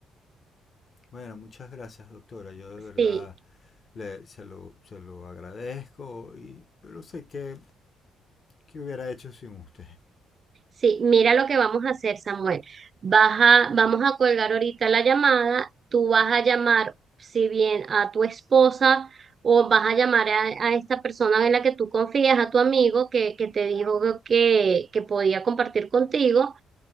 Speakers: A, on the left; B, on the right.
A: Bueno, muchas gracias, doctora. Yo de verdad
B: Sí,
A: le, se lo, se lo agradezco y yo no sé qué, qué hubiera hecho sin usted.
B: sí, mira lo que vamos a hacer, Samuel. Vas a- vamos a colgar ahorita la llamada, tú vas a llamar, si bien a tu esposa o vas a llamar a, a esta persona en la que tú confías, a tu amigo que, que te dijo que, que podía compartir contigo